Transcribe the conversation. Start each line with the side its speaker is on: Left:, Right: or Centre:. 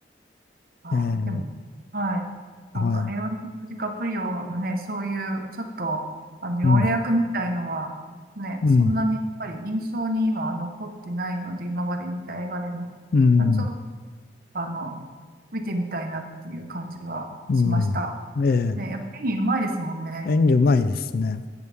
Right: あーでも、
Left: ええ
Right: はい。
Left: はい。
Right: なんか、レオナルド・ディカプリオのね、そういう、ちょっと、あの、要約みたいのは、
Left: うん。
Right: ね、
Left: うん。
Right: そんなにやっぱり印象に今は残ってないので、今まで見た映画でも、
Left: うん。
Right: まあちょっと、あの、見てみたいなっていう感じはしました。
Left: うん。え
Right: ね、やっぱり演技うまいですもんね。
Left: え演技うまいですね。